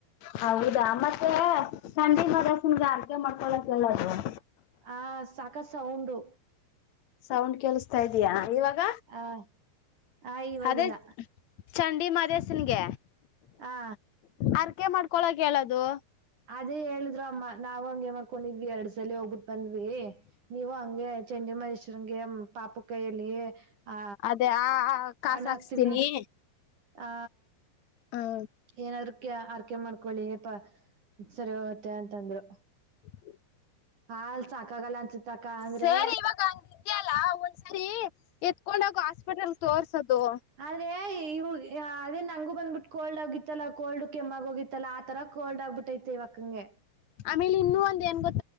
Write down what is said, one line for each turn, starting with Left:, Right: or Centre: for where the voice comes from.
Left: ಹೌದಾ ಮತ್ತೆ ಸಂಜೆ <unintelligible> ಅರ್ಕಿ ಮಾಡ್ಕೊಳಕ್ಕೆ ಹೇಳು ಅವಳಿಗೆ.
Right: ಆ ಸಕ ಸೌಂಡು.
Left: ಸೌಂಡ್ ಕೇಳಸ್ತಾ ಇದಯಾ ಇವಾಗ.
Right: ಹ ಹ ಇವಾಗಿಲ್ಲ.
Left: ಅದೇ ಚಂಡಿ ಮದಸನ್ಗೆ.
Right: ಹಾ.
Left: ಅರ್ಕೆ ಮಾಡ್ಕೊಳಕ್ ಹೇಳದು.
Right: ಅದೇ ಹೇಳಿದ್ ಅಮ್ಮ ನಾವ್ಂಗಗೆ ಮಾಡ್ಕೊಂಡಿದ್ವಿ ಎರಡ್ ಸಲ ಹೋಗ್ಬಿಟ್ ಬಂದ್ವಿ. ನೀವು ಹಂಗೆ ಚಂಡಿ ಮಹೇಶ್ವಗೆ ಪಾಪು ಕೈಯಲ್ಲಿ. ಹ
Left: ಅದೇ ಆ ಕಾಸ
Right: ಅಣ
Left: ಹಾಕ್ಸ್ತೀನಿ
Right: ಆಕ್ತಿವಿ ಆ.
Left: ಹ್ಮ್.
Right: ಏನಾದ್ರ ಕ ಅರ್ಕೆ ಮಾಡ್ಕೊಳ್ಳಿಪ ಸರಿ ಹೋಗುತ್ತೆ ಅಂತಂದ್ರು.
Left: <unintelligible> <inaudible>
Right: ಹಾಲ್ ಸಾಕಾಗಲ್ಲ. ಅನ್ಸುತ್ತಕ್ಕ ಅಂದ್ರೆ
Left: ಸರಿ ಇವಾಗ ಹಂಗಿದ್ಯಲ್ಲ ಒಂದ್ಸರಿ ಎತ್ಕೊಂಡಾಗ ಹಾಸ್ಪಿಟಲ್ ತೋರ್ಸೋದು.
Right: ಅದೇ ಇವ ಅದೇ ನಂಗು ಬಂದ್ಬಿಟ್ಟು ಕೋಲ್ಡ್ ಆಗಿತ್ತಲ್ಲ ಕೋಲ್ಡ್ ಕೆಮ್ಮಾಗ ಹೋಗಿತ್ತಲ್ಲಾ ಆತರ. ಕೋಲ್ಡ್ ಆಬ್ಬಟ್ಟೈತೆ ಇವಾಗ ನಂಗೆ.
Left: ಆಮೇಲೆ ಇನ್ನುೂ ಒಂದ್ ಗೊತ್ತಾ.